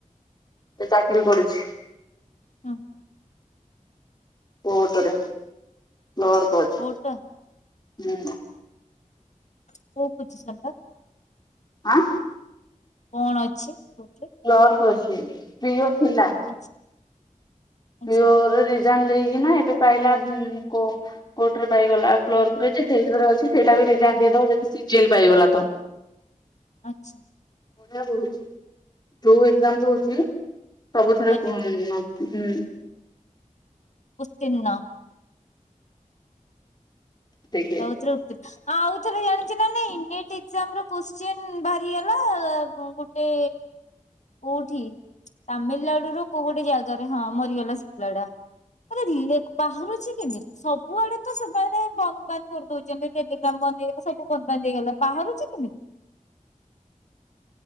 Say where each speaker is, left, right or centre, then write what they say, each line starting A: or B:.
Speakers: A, on the left; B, on the left.
A: ସେ ଚାକିରୀ କରୁଛି
B: ହୁଁ
A: କୋଟ ରେ ଲୋଅର କୋଟ
B: କୋଉଟା
A: ହୁଁ
B: କୋଉ ପୋଶିସନ ଟା
A: ଆଁ
B: କଣ ଅଛି କୋଉଥିରେ
A: କ୍ଲର୍କ ଅଛି ପ୍ରିଅର୍ ଥିଲା
B: ଆଚ୍ଛା ଆଚ୍ଛା
A: ପ୍ରିଓର ରେ ରିଜାଇନ୍ ଦେଇ କିନା ଏବେ ପାଇଲା କୋ କୋର୍ଟରେ ପାଇଗଲା କ୍ଲର୍କ ରେ ଯେ ସେଇଥୀରେ ଅଛି ଫେର୍ ତାକୁ ରିଜାଇନ ଦେଇଦବ ଯଦି ଶିଯିଏଲ୍ ପାଇଗଲା ତ
B: ଆଚ୍ଛା
A: ବଢିଆ ପଢୁଛି ଯୋଉ ଏକ୍ସାମ ଦଉଛି ସବୁଥରେ
B: କାଲିଠୁ
A: <unintelligible>
B: ଉତ୍ତୀର୍ଣ୍ଣ
A: ଦେଖେ
B: ସବୁ ଥୀରେ ଉତ୍ତୀର୍ଣ୍ଣ। ଆଉ ଥରେ ଜାଣିଛ ନା ନାହିଁ ନୀଟ ଏକ୍ସାମ୍ ର କ୍ୱେଶଚିନ ବାହାରି ହେଲା ଗୋଟେ କୋଉଠି ତାମିଲନାଡୁ ରୁ କୋଉ ଗୋଟେ ଜଗାରେ ହଁ ମରିଗଲାବାଉ ଲଏଡା ଆରେ ଏ ବାହାରୁଛି କେମିତି ସବୁଆଡେ ତ ସେମାନେ ବନ୍ଦ ବାନ୍ଦ କରିଦଉଛନ୍ତି ଟେଲିଗ୍ରାମ ବନ୍ଦ ହେଇଗଲା ସବୁ ବନ୍ଦ ବାନ୍ଦ ହେଇଗଲା ବାହାରୁଛି କେମିତି